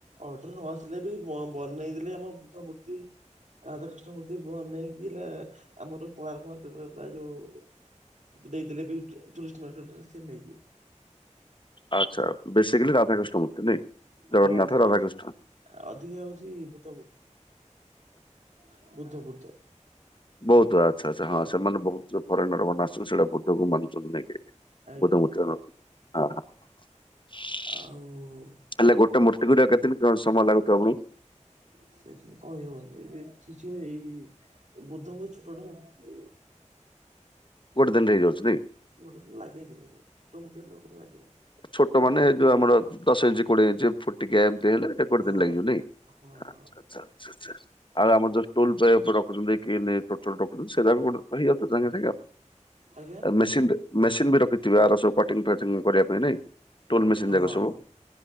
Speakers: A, on the right; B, on the left.
A: ଅର୍ଡର ନ ଆସିଲେ ବି ବ ବନେଇଥିଲେ ଆମ ବଡ ମୂର୍ତ୍ତି ରାଧାକୃଷ୍ଣ ମୂର୍ତ୍ତି ବନେଇକି ନା ଆମର କୋଣାର୍କର <unintelligible> ଯୋଉ ଦେଇଥିଲେ ବି ଟୁ ଟୁରିଷ୍ଟ ମାର୍କେଟରେ ସେ ନେଇଯିବେ।
B: ଆଚ୍ଛା ବେସିକାଲି ରାଧାକୃଷ୍ଣ ମୂର୍ତ୍ତି ନାଇ
A: ଆଉ
B: ଜଗନ୍ନାଥ
A: ଅଧିକା
B: ରାଧାକୃଷ୍ଣ?
A: ହଉଛି ଅଧିକା ହଉଛି ବୁଦ୍ଧ ମୂର୍ତ୍ତି ବୁଦ୍ଧ ବୁଦ୍ଧ।
B: ବୌଦ୍ଧ ଆଚ୍ଛା ଆଛା ହଁ
A: ଆଜ୍ଞା
B: ସେମାନେ ବହୁତ ଫରେନର ମାନେ ଆଶୁଛନ୍ତି ସେଇଗୁଡା ବୁଦ୍ଧକୁ ମାନୁଛନ୍ତି ନାଇକି।
A: ଆଜ୍ଞା
B: ବୁଦ୍ଧ ମୂର୍ତ୍ତିରା ନୋଉଛନ୍ତି ହଁ।
A: ଆଉ
B: ହେଲେ ଗୋଟେ ମୂର୍ତ୍ତୀ କରିବାକୁ କେତେଦିନ ସମୟ ଲାଗୁଥିବ ଆପଣଙ୍କୁ?
A: ସେମି କହିହେବନି <unintelligible> ଏଇ ବୌଦ୍ଧ <unintelligible>
B: ଗୋଟେ ଦିନରେ ହେଇଯାଉଛି ନାଇଁ!
A: ଗୋଟେ ଦିନ ଲାଗେନି ଛୋଟ ଛୋଟ ମୂର୍ତ୍ତି ହେଲେ ଗୋଟେ ଦିନ ଲାଗିବନି।
B: ଛୋଟ
A: ସେ
B: ମାନେ
A: କମ୍
B: ଏଇ ଯୋଉ ଆମର ଦଶ ଇଞ୍ଚ କୋଡିଏ ଇଞ୍ଚ ଫୁଟିକିଆ ଏମିତି ହେଲେ? ଏ ଗୋଟ
A: ହଁ
B: ଦିନ ଲାଗୀବ ନାଇଁ
A: ହଁ
B: ଆଛା
A: ହଁ
B: ଆଚ୍ଛା ଆଚ୍ଛା ଆଚ୍ଛା। ଆଉ ଆମର ଯୋଉ ଟୁଲ ପେ <unintelligible> ରଖୁଛନ୍ତି କି <inaudible> ସେରା ବି <unintelligible>
A: ଆଜ୍ଞା
B: ମେସିନରେ ମେସିନ ବି ରଖିଥିବେ ଆର ସବୁ କଟିଙ୍ଗ ଫଟିଙ୍ଗ କରିବା ପାଇଁ ନାଇଁ? ଟୋଲ ମେସିନ୍ ଜାକ
A: ହଁ
B: ସବୁ
A: ହଁ।